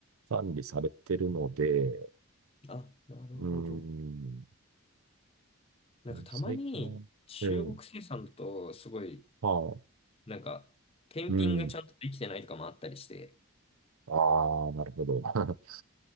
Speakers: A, on the right (about 70°); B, on the left (about 25°).
A: 管理されてるので、
B: あ、なるほど。
A: うん。
B: なんかたまに中国生産だとすごい
A: 最近は、ええ、まあ、
B: なんか、検品がちゃんとできてないとかもあったりして、
A: うん。ああ、なるほど。<laughs>